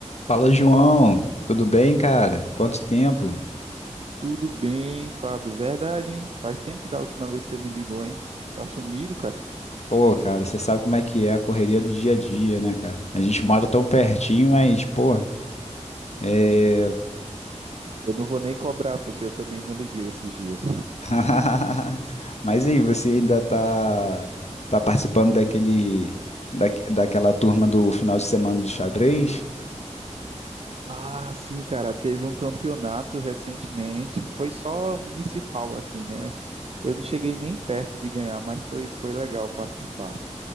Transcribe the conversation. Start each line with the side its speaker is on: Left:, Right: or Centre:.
Left: Fala, João. Tudo bem, cara? Quanto tempo?
Right: Tu- tudo bem, Fábio? Verdade, hein? Faz tempo da última vez que você me ligou, hein? Tá sumido, cara?
Left: Pô, cara, você sabe como é que é a correria do dia a dia, né, cara? A gente mora tão pertinho, mas, pô, é,
Right: Eu não vou nem cobrar, porque eu também não liguei esses dias.
Left: <laughs> Mas aí, você ainda tá, tá participando daquele, daque- daquela turma do final de semana de xadrez?
Right: Ah, sim, cara, teve um campeonato recentemente, foi só municipal aqui, né? Eu não cheguei nem perto de ganhar, mas foi, foi legal participar.